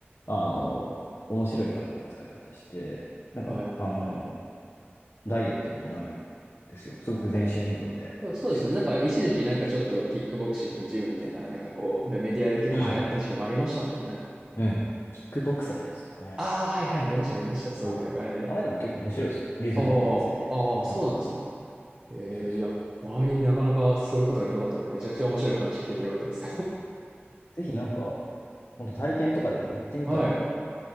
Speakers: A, on the left (about 70°); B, on the right (about 25°).
A: あの面白い体の使い方してなんかあの
B: はいはいはい。
A: ダイエットにもなるんですよすごく全身運動でもちろんですけど
B: え、でもそうですね、なんか一時期なんかちょっとキックボクシングのジムみたいな、なんかこう、メメディアで結構流行った時期もありましたもんね。
A: うんうんキックボクササイズとかね
B: ああ、はいはい、ありましたありました。そういう流れで。
A: はいああいうのも結構面白いですよリズムに合わせてうん。
B: ああ、ああ、そうなんですね。ええ、
A: 面白いですよ
B: いや、周りになかなかそういう方がいなかったので、めちゃくちゃ面白い話聞けてよかったです。
A: はいぜひなんか本当体験とかでも行ってみたら
B: <laughs> はい。